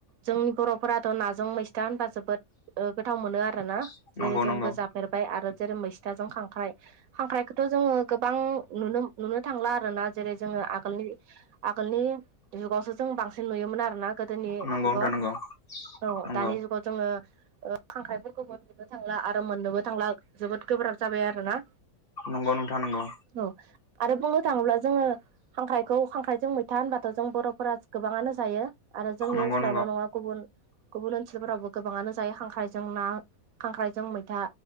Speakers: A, on the right (about 70°); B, on the left (about 40°).
A: जोंनि बर'फोराथ' नाजों मैस्था होनबा जोबोद ओ गोथाव मोनो आरोना
B: नंगौ
A: जेरै जोंबो
B: नंगौ
A: जाफेरबाय आरो जेरै मैसथाजों खांख्राइ खांख्राइखौथ' जोङो गोबां नुनो नुनो थांला आरोना जेरै जोङो आगोलनि आगोलनि जुगावसो जों बांसिन नुयोमोन आरोना गोदोनि
B: नंगौ
A: जुगाव
B: नोंथां नंगौ
A: औ
B: नंगौ
A: दानि जुगाव जोङो ओ खांख्राइफोरखौबो नुनो थांला आरो मोननोबो थांला जोबोद गोब्राब जाबाय आरोना
B: नंगौ नोंथां नंगौ
A: औ आरो बुंनो थाङोब्ला जोङो खांख्राइखौ खांख्राइजों मैथा होनबाथ' जों बर'फोरा गोबाङानो जायो आरो जोंनि
B: नंगौ
A: ओनसोलावल'
B: नंगौ नोंथां
A: नङा गुबुन गुबुन ओनसोलफोरावबो गोबाङानो जायो खांख्रायजों ना खांख्रायजों मैथा